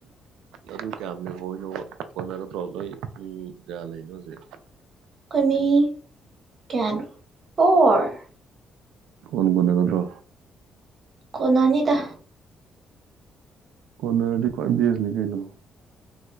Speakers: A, on the right; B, on the right.
A: ꯑꯗꯨ ꯀꯌꯥꯝ ꯂꯍꯏꯅꯣ ꯍꯣꯠꯅꯒꯗ꯭ꯔꯣ ꯅꯣꯏ ꯃꯤ ꯀꯌꯥ ꯂꯩꯅꯣꯁꯦ
B: ꯀꯅꯤ ꯀꯌꯥꯅꯣ ꯑꯣꯔ
A: ꯀꯣꯟ ꯀꯗꯅꯊ
B: ꯀꯣꯟꯅꯥꯅꯤꯗ
A: ꯀꯅꯗꯤ ꯈ꯭ꯋꯥꯏ ꯁꯅꯤ ꯀꯩꯅꯣ